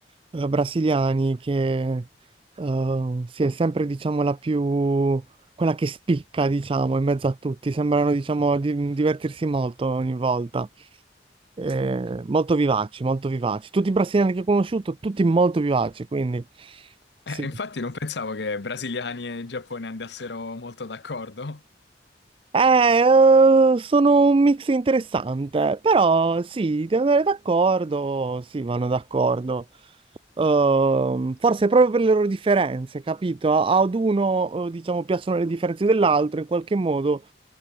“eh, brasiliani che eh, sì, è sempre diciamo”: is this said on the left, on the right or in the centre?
Right